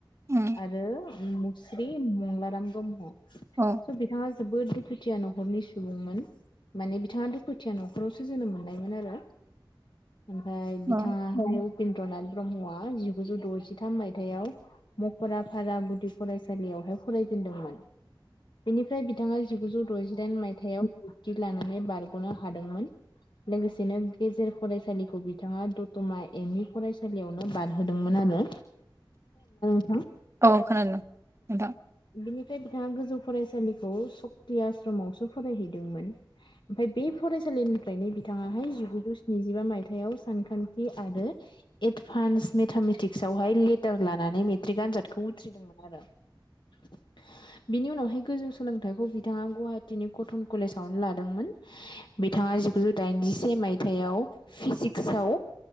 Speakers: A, on the right; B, on the left.
A: उम
B: आरो मुस्रि मंलाराम ब्रह्म
A: औ
B: स' बिथाङा। जोबोद दुखुथिया न'खरनि सुबुंमोन। माने बिथाङा दुखुथिया न'खरावसो जोनोम मोन्नायमोन आरो। ओमफ्राय बिथाङा
A: औ
B: उपेन्द्रनाथ ब्रह्मआ जिगुजौ द'जिथाम मायथाइाव मक'राफारा गुदि फरायसालियावहाय फरायजेनदोंमोन बेनिफ्राय बिथाङा जिगुजौ दजिदाइन मायथायाव खथि लानानै बारग'नो हादोंमोन। लोगोसेनो गेजेर फरायसालिखौ बिथाङा दतमा एम इ फरायसालियावनो बारहोदोंमोन आरो। <unintelligible>
A: औ खोनादों औ।
B: बिनिफ्राय बिथाङा गोजौ फरायसालिखौ सक्ति आश्रमावसो फरायहैदोंमोन ओमफ्राय बे फरायसालिनिफ्रायनो बिथाङाहाय जिगुजौ स्निजिबा मायथाइयाव सानखान्थि आरो एडभान्स एदभानस मेथामेटिक्सआवहाय लेटार लानानै मेट्रिक आनजादखौ उथ्रिदोंमोन। <unintelligible> बिनि उनावहाय गोजौ सोलोंथाइखौ बिथाङा गुवाहाटीनि कटन कलेजावनो लादोंमोन। बिथाङा जिगुजौ दाइनजिसे मायथाइाव फिजिक्सआव